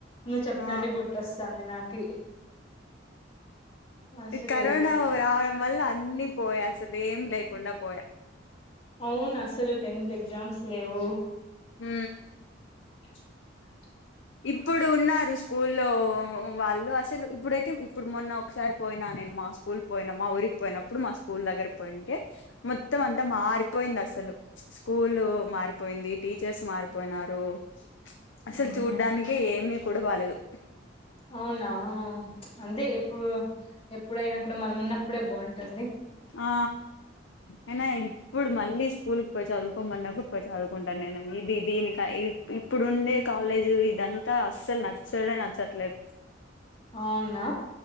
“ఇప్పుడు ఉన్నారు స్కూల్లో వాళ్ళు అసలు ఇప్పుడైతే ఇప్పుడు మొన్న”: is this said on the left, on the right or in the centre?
Left